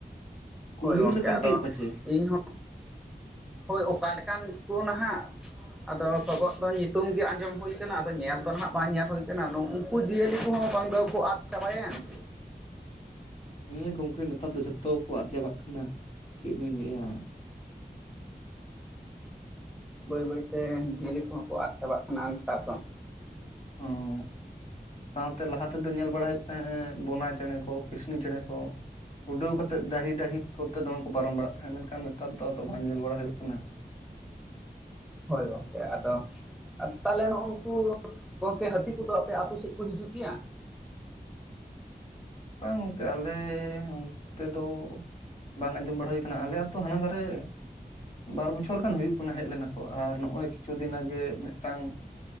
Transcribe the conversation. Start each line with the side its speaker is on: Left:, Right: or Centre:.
Left: ᱠᱩᱢᱤᱨ
Centre: ᱦᱳᱭ ᱜᱚᱝᱠᱮ
Left: ᱞᱮᱠᱟᱱ
Centre: ᱟᱫᱚ
Left: ᱴᱟᱭᱤᱯ ᱟᱪᱮ?
Centre: ᱤᱧ ᱦᱳᱭ ᱚᱠᱟ ᱞᱮᱠᱟᱱ ᱠᱚ ᱱᱟᱦᱟᱜ ᱟᱫᱚ ᱥᱚᱜᱚᱫ ᱫᱚ ᱧᱩᱛᱩᱢ ᱜᱮ ᱟᱸᱡᱚᱢ ᱦᱩᱭ ᱟᱫᱚ ᱧᱮᱞ ᱫᱚ ᱱᱟᱦᱟᱜ ᱵᱟᱝ ᱧᱮᱞ ᱦᱩᱭ ᱟᱠᱟᱱᱟ ᱩᱱᱠᱩ ᱡᱤᱭᱟᱹᱞᱤ ᱠᱚᱦᱚᱸ ᱵᱟᱝ ᱫᱚᱠᱚ ᱟᱫ ᱪᱟᱵᱟᱭᱮᱱ ᱾
Left: ᱦᱮᱸ ᱜᱚᱝᱠᱮ ᱱᱮᱛᱟᱨ ᱫᱚ ᱡᱷᱚᱛᱚ ᱠᱚ ᱟᱫ ᱪᱟᱵᱟᱜ ᱠᱟᱱᱟ ᱪᱮᱫ ᱞᱤᱧ ᱞᱟᱹᱭᱟ ᱾
Centre: ᱵᱟᱹᱭ ᱵᱟᱹᱭ ᱛᱮ ᱡᱤᱭᱟᱹᱞᱤ ᱠᱚᱦᱚᱸ ᱠᱚ ᱟᱫ ᱪᱟᱵᱟᱜ ᱠᱟᱱᱟ ᱱᱮᱛᱟᱨ ᱫᱚ ᱾
Left: ᱚ ᱥᱟᱶᱛᱮ ᱞᱟᱦᱟ ᱛᱮᱫᱚ ᱧᱮᱞ ᱵᱟᱲᱟ ᱦᱩᱭᱩᱜ ᱛᱟᱦᱮᱸ ᱵᱚᱱᱟ ᱪᱮᱬᱮ ᱠᱚ ᱠᱤᱥᱱᱤ ᱪᱮᱬᱮ ᱠᱚ ᱾ ᱩᱰᱟᱹᱣ ᱠᱟᱛᱮᱜ ᱰᱟᱹᱦᱤ ᱰᱟᱹᱦᱤ ᱠᱚᱛᱮ ᱫᱚᱢᱮ ᱠᱚ ᱯᱟᱨᱚᱢ ᱵᱟᱲᱟᱜ ᱛᱟᱦᱮᱸᱫ ᱢᱮᱱᱠᱷᱟᱱ ᱱᱮᱛᱟᱨ ᱫᱚ ᱟᱫᱚ ᱵᱟᱝ ᱧᱮᱞ ᱵᱟᱲᱟ ᱦᱩᱭᱩᱜ ᱠᱟᱱᱟ ᱾
Centre: ᱦᱳᱭ ᱜᱚᱢᱠᱮ ᱟᱫᱚ ᱟᱨ ᱛᱟᱦᱚᱞᱮ ᱱᱩᱜ ᱩ ᱱᱩᱠᱩ ᱜᱚᱝᱠᱮ ᱦᱟᱹᱛᱤ ᱠᱚᱫᱚ ᱟᱯᱮ ᱟᱹᱛᱩ ᱥᱮᱫ ᱠᱚ ᱦᱤᱡᱩᱜ ᱜᱮᱭᱟ?
Left: ᱵᱟᱝ ᱜᱚᱝᱠᱮ ᱟᱞᱮ ᱚᱱᱛᱮ ᱫᱚ ᱵᱟᱝ ᱟᱸᱡᱚᱢ ᱵᱟᱲᱟ ᱦᱩᱭ ᱟᱠᱟᱱᱟ ᱟᱞᱮ ᱟᱛᱚ ᱦᱟᱱᱟ ᱫᱷᱟᱨᱮ ᱵᱟᱨ ᱵᱚᱪᱷᱚᱨ ᱜᱟᱱ ᱦᱩᱭᱩᱜ ᱠᱟᱱᱟ ᱦᱮᱡ ᱞᱮᱱᱟ ᱠᱚ ᱟᱨ ᱱᱚᱜᱚᱭ ᱠᱤᱪᱷᱩ ᱫᱤᱱ ᱟᱜᱮ ᱢᱤᱫᱴᱟᱝ